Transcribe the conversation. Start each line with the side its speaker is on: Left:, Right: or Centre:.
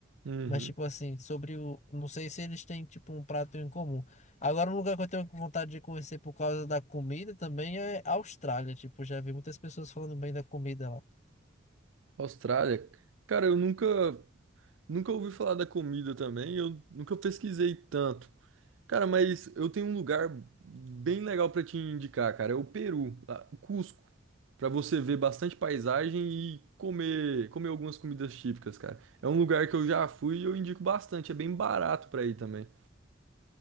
Right: Uhum.
Left: Mas, tipo assim, sobre o. Não sei se eles têm, tipo, um prato em comum. Agora, um lugar que eu tenho vontade de conhecer por causa da comida também é a Austrália. Tipo, já vi muitas pessoas falando bem da comida lá.
Right: Austrália. Cara, eu nunca, nunca ouvi falar da comida também, eu nunca pesquisei tanto. Cara, mas eu tenho um lugar bem legal pra te indicar, cara. É o Peru, lá, o Cusco. Pra você ver bastante paisagem e comer, comer algumas comidas típicas, cara. É um lugar que eu já fui e eu indico bastante, é bem barato pra ir também.